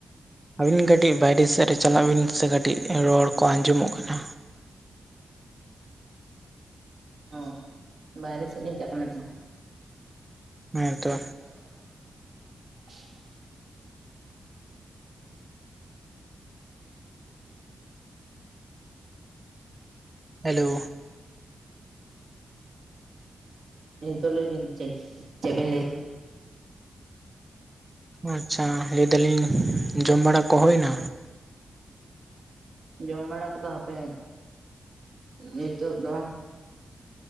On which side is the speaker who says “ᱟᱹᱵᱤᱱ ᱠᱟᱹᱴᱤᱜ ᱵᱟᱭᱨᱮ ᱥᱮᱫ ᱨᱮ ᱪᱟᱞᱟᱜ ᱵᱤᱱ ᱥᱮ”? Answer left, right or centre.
Right